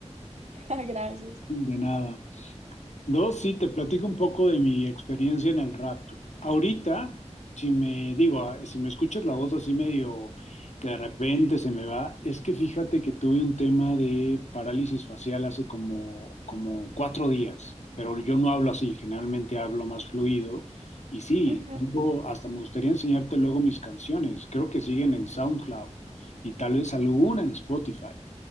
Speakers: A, on the right (about 70°); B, on the left (about 70°).
A: <laughs> Ah, Gracias.
B: De nada. Dos, sí, te platico un poco de mi experiencia en el rap. Ahorita, si me digo, ah, si me escuchas la voz así medio que de repente se me va, es que fíjate que tuve un tema de parálisis facial hace como, como cuatro días, pero yo no hablo así, generalmente hablo más fluido. Y sí,
A: Ujú.
B: tengo, hasta me gustaría enseñarte luego mis canciones, creo que siguen en SoundCloud y tal vez alguna en Spotify.